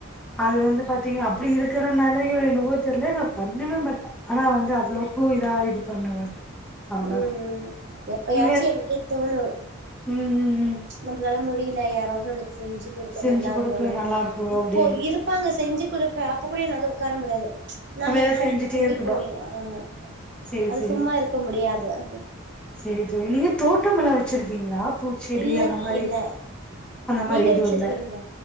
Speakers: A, in the centre; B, on the right.
A: அது வந்து பாத்தீங்கனா அப்டி இருக் திற நாலையோ என்னவோ தெர்ல நா பண்ணவே மாட்ட ஆனா வந்து அவ்ளவுக்கு இதா இது பண்ண மாட்டே அவ்ளோதா
B: உம் எப்பயாச்சி
A: நீங்க
B: எனக்கே தோணு
A: ம் ம் ம்
B: நம்ளால மு முடில யாராவது நம்ளுக் செஞ்சி குடுத்தா
A: செஞ்சு
B: நல்லா
A: குடுக்கு
B: இருக்குல
A: நல்லா இருக்கும்
B: இப்போ
A: அப்டின்னு
B: இருப்பாங்க செஞ்சி குடுப்ப அப்ப கூட என்னால உட்கார முடியாது நா
A: நம்ம
B: ஹெல்ப்
A: எதா
B: பண்றனு
A: செஞ்சுட்டே
B: சொல்லி
A: இருக்கணு
B: போனு ஆம்மா
A: செரி
B: அது
A: செரி
B: சும்மா இருக்க முடியா வேற
A: செரி தோழி நீங்க தோட்டமல்லா வெச்சிருக்கீங்ளா பூச்செடி
B: இல்ல
A: அந்த மாரி
B: இல்ல
A: அந்த மாரி
B: நீங்க
A: எதுவு
B: வச்சிருக்கீங்களா
A: இல்ல